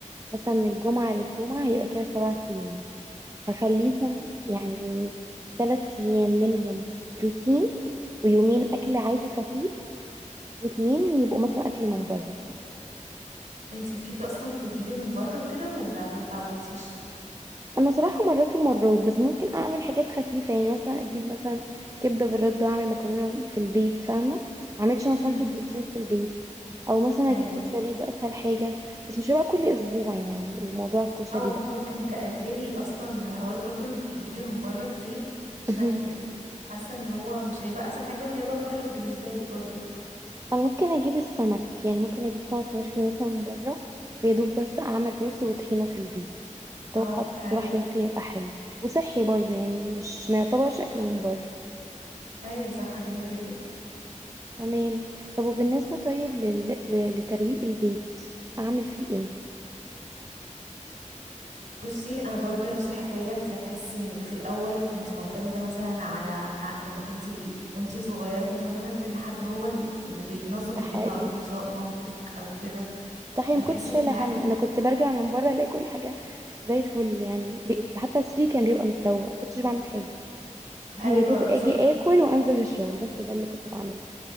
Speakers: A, on the right (about 25°); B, on the right (about 75°).
A: مثلا من الجمعة للجمعة هيبقى كده سبعة أيام هخليهم يعني تلات أيام منهم بروتين ويومين أكل عادي خفيف واتنين يبقوا مثلا أكل من بره
B: انت بتحبي اصلا تجيبي من بره وكده ولا ما تعودتيش
A: أنا صراحة مرات ومرات بس ممكن أعمل حاجات خفيفة يعني مثلا أجيب مثلا كبدة بالردة وأعمل مكرونة في البيت فاهمة معملش أنا صنف
B: امم
A: بروتين في البيت أو مثلا
B: ايوه
A: أجيب كشري ده أسهل حاجة بس مش هيبقى كل أسبوع يعني الموضوع الكشري
B: او ممكن
A: ده
B: تقللي اصلا حوار برضو انك تجيبي من بره كتير عشان
A: <laughs>
B: حاسه ان هو مش هيبقى احسن حاجه وهيبقى مكلف بالنسبه لك برضو
A: انا ممكن اجيب السمك يعني ممكن اجيب سمك مشوي مثلا من بره ويا دوب بس اعمل رز وطحينه في البيت اتوقع
B: اه
A: اقتراحي
B: حلو جدا
A: ممكن يبقى حلو وصحي برضو يعني مش ما يعتبرش اكل من بره
B: ايوه صح جميل جدا
A: تمام طب وبالنسبه طيب لل... ل- لترويق البيت اعمل فيه ايه
B: بصي انا برضو نفس الحكايه انت هتحسي انك في الاول كنت معتمده مثلا على ع- لما كنت وانت صغيره كنت معتمده ان حد هو ال- اللي بينظم
A: ده
B: البيت
A: حقيقي
B: على طول سواء مامتك او كده
A: ده حقيقي
B: فتحسي
A: ما كنتش
B: ان
A: شايله
B: الح...
A: هم انا كنت برجع من بره الاقي كل حاجه زي الفل يعني ب... حتى السرير كان بيبقى متروق ما كنتش بعمل حاجه <laughs>
B: ايوه
A: يا دوب
B: بالظبط
A: اجي اكل وانزل الشغل بس ده اللي كنت بعمله